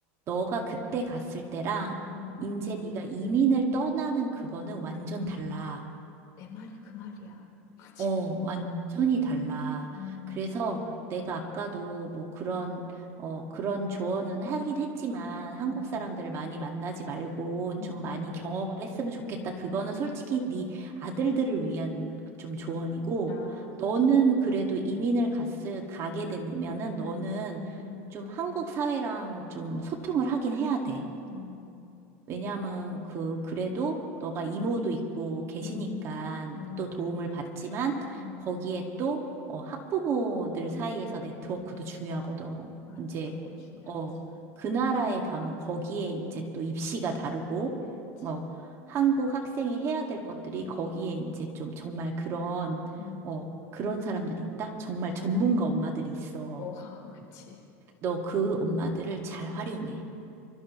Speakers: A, on the right; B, on the left.
A: 너가 그때 갔을 때랑
B: 음,
A: 이제 네가 이민을 떠나는 그거는 완전 달라.
B: 내 말이 그 말이야. <laughs> 지금.
A: 어, 완전히 달라.
B: 음,
A: 그래서 내가 아까도 뭐 그런, 어, 그런 조언은 하긴 했지만 한국
B: 음,
A: 사람들을 많이 만나지 말고
B: 음,
A: 좀 많이
B: 음.
A: 경험을 했으면 좋겠다. 그거는 솔직히 네 아들들을 위한 좀 조언이고
B: 아, 그치.
A: 너는 그래도 이민을 갔을, 가게 되면은 너는
B: 음, 음,
A: 좀 한국 사회랑 좀 소통을 하긴 해야 돼.
B: 음,
A: 왜냐하면 그 그래도 너가 이모도 있고 계시니까
B: 음, 음,
A: 또 도움을 받지만
B: 음.
A: 거기에 또 어, 학부모들 사이에서 네트워크도 중요하거든.
B: 맞아,
A: 이제
B: 그거 중요하지.
A: 어, 그 나라에 가면 거기에 이제 또 입시가 다르고
B: 그치.
A: 어, 한국 학생이 해야 될 것들이 거기에 이제 좀 정말 그런
B: 음,
A: 어, 그런 사람들이 있다? 정말 전문가 엄마들이 있어.
B: 오, <laughs> 그치.
A: 너 그 엄마들을 잘 활용해.